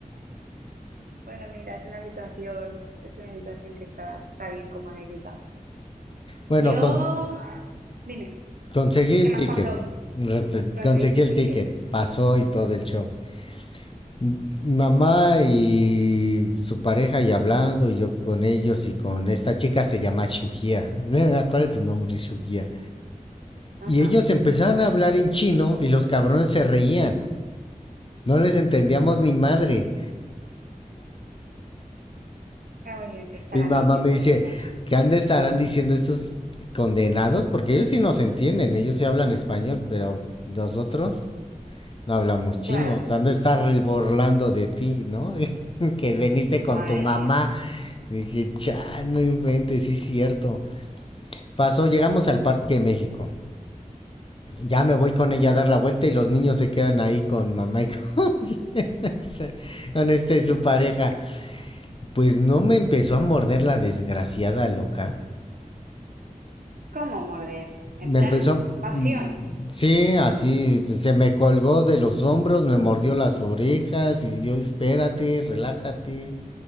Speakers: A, on the right (about 85°); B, on the left (about 40°).
A: Bueno, mira, es una situación, es una situación que está, está bien como anécdota.
B: Bueno,
A: Yo,
B: con-
A: dime,
B: conseguí
A: ¿qué
B: el
A: más
B: ticket.
A: pasó?
B: Rete-
A: ¿Conseguiste
B: Conseguí el
A: ticket?
B: ticket. Pasó y todo el show. M- Mamá y su pareja y hablando, y yo con ellos y con esta chica se llama Shugia. <laughs> ¿Cuál es su nombre? Shugia.
A: Ajá.
B: Y ellos empezaron a hablar en chino y los cabrones se reían. No les entendíamos ni madre.
A: Ah, muy bien, ¿Qué estarán
B: Mi mamá
A: diciendo
B: me dice,
A: estos?
B: ¿qué han de estarán diciendo estos condenados? Porque ellos sí nos entienden, ellos sí hablan español, pero nosotros no hablamos chino.
A: Claro,
B: Han de estar burlando de ti, ¿no? <laughs> que veniste con
A: madre
B: tu mamá.
A: mía,
B: Y dije, cha, no inventes, sí es cierto. Pasó, llegamos al Parque de México. Ya
A: ¿vale?
B: me voy con ella a dar la vuelta y los niños se quedan ahí con mamá y con, <laughs> con este su pareja. Pues no me empezó a morder la desgraciada loca.
A: ¿Cómo morder? En
B: Me
A: plan,
B: empezó,
A: pasión.
B: mm, sí, así, se me colgó de los hombros, me mordió las orejas y yo, espérate, relájate.